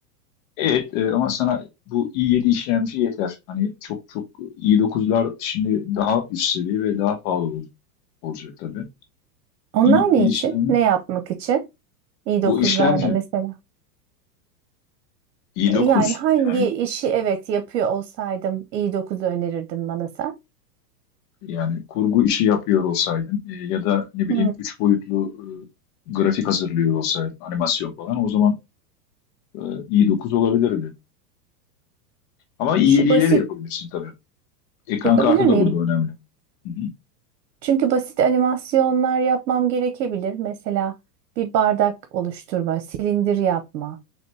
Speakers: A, on the left (about 45°); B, on the right (about 85°).
A: Evet, e, ama sana bu i7 işlemci yeter. Hani çok çok i9'lar şimdi daha üst seviye ve daha pahalı ol- olacak tabii.
B: Onlar
A: i7
B: ne
A: işlem
B: için? Ne yapmak için? i9'larla
A: bu işlemci
B: mesela.
A: i9
B: E, Yani hangi
A: yani
B: işi evet yapıyor olsaydım i9'u önerirdin bana sen?
A: yani kurgu işi yapıyor olsaydın e, ya da ne bileyim
B: Hmm.
A: 3 boyutlu e, grafik hazırlıyor olsaydın animasyon falan o zaman e, i9 olabilirdi. Ama i7
B: Şu basit
A: ile de yapabilirsin tabii. Ekran
B: yapabilir
A: kartı
B: miyim?
A: da burada önemli. Hı hı.
B: Çünkü basit animasyonlar yapmam gerekebilir. Mesela bir bardak oluşturma, silindir yapma.